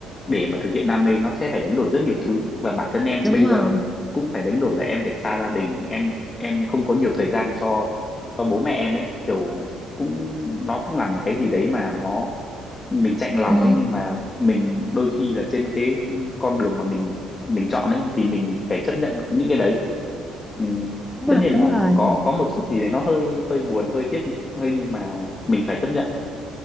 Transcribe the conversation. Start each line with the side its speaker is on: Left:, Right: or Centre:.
Left: để mà thực hiện đam mê nó sẽ phải đánh đổi rất nhiều thứ và bản thân em
Centre: Đúng
Left: bây
Centre: rồi.
Left: giờ cũng phải đánh đổi là em phải xa gia đình em em không có nhiều thời gian cho cho bố mẹ em ấy kiểu cũng nó cũng là một cái gì đấy mà nó mình chạnh lòng
Centre: Ừ,
Left: ấy nhưng mà mình đôi khi là trên cái con đường mà mình mình chọn ấy thì mình phải chấp nhận những cái đấy Ừ.
Centre: đúng
Left: Tất
Centre: rồi,
Left: nhiên là
Centre: đúng rồi.
Left: có có một chút gì đấy nó hơi hơi buồn hơi tiếc hơi nhưng mà mình phải chấp nhận